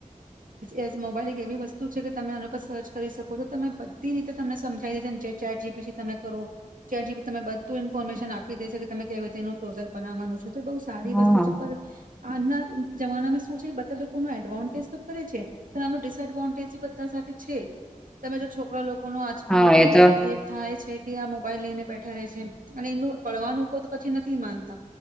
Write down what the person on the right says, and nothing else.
એ મોબાઈલ એવી વસ્તુ છે તમે આના પર સર્ચ કરી શકો છો તમે બધી રીતે તમને સમજી દેશે ને જે ચેટ જીથી તમે કરો ચેટ જીબીથી તમે બધું ઇન્ફોર્મેશન આપી દેશે કે તમે કેવી રીતે એનું પ્રોસેેક્ટ બનાવાનું છે બહુ સારી
વસ્તુ છે પણ આના જમાનામાં શું છે કે બધા લોકો ન એડવાન્ટેજ તો કરે છે પણ ડિસએડવાન્ટેજ સાથે છે તમે જો છોકરા લોકો આજકલ
બ
બિવ થાય છે કે આ મોબાઈલ લઈને બેઠા રહે છે અને એનું પડવાનું કો પછી નથી માનતા